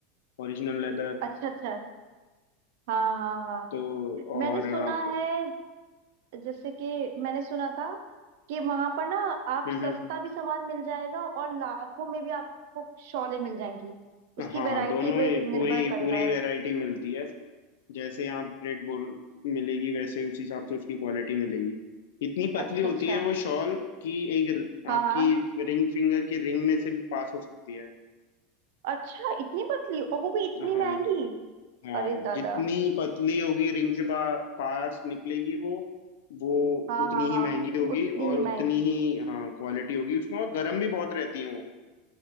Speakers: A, on the left (about 85°); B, on the right (about 65°).
A: ओरिजिनल लेदर
B: अच्छा अच्छा हाँ हाँ हाँ
A: तो
B: मैंने
A: और
B: सुना
A: आप
B: है जैसे कि मैंने सुना था कि वहां पर ना आप
A: हम्म
B: सस्ता
A: हम्म।
B: भी सामान मिल जाएगा और लाखों में भी आपको शॉलें मिल जाएंगी उसकी
A: हाँ
B: वैरायटी
A: दोनों
B: पे
A: ही
B: निर्भर
A: पूरी
B: करता
A: पूरी
B: है
A: वैरायटी मिलती है जैसे आप रेड बुल मिलेगी वैसे उस हिसाब से उसकी क्वालिटी मिलेगी इतनी पतली
B: अच्छा
A: होती
B: अच्छा
A: है वो शॉल कि एक र-
B: हाँ
A: आपकी
B: हाँ
A: रिंग फिंगर की रिंग में से भी पास हो सकती है
B: अच्छा इतनी पतली और वो भी इतनी
A: हाँ
B: महंगी
A: हाँ
B: अरे दादा
A: जितनी पतली होगी रिंग से पा, पास निकलेगी वो वो
B: हाँ
A: उतनी
B: हाँ हाँ
A: ही महंगी होगी
B: उतनी
A: और
B: ही महंगी
A: उतनी ही हाँ क्वालिटी होगी उसमें और गर्म भी बहुत रहती है वो